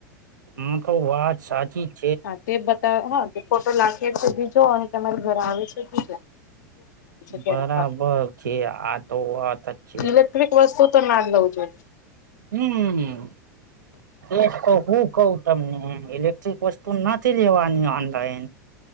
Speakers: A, on the right; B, on the left.
A: ઈતો વાત સાચી જ
B: હા તે બતા હા તે ફોટો લાખે તોદીજો અને તમારી ઘર આવે છે, <unintelligible> ક્યારેક
A: બરાબર
B: વાર
A: છે આતો વાતજ છે,
B: ઇલેક્ટ્રિક વસ્તુ તો નાજ લવં જોઈએ
A: હમ્મ એક તો હું કવ તમને એટલે વસ્તુ નથી લેવાની ઓનલાઈન